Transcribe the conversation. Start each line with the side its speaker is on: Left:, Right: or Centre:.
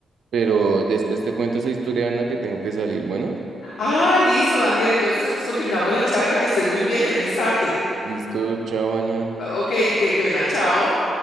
Right: pero después te cuento esa historia, Ana, que tengo que salir. Bueno,
Left: Ah, listo, Daniel, entonces pues continuamos la charla, que estés muy bien, feliz tarde.
Right: listo, chao, Ana.
Left: Ok, qué pena, chao.